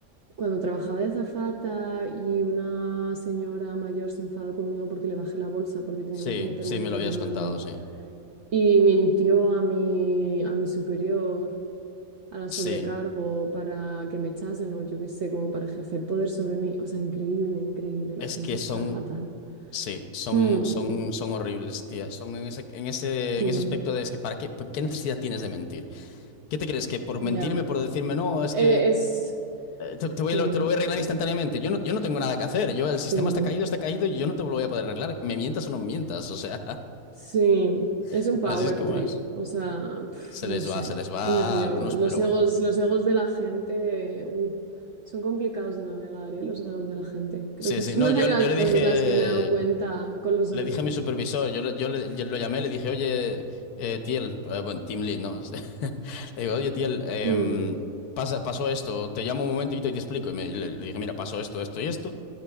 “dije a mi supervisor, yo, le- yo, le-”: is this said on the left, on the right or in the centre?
Left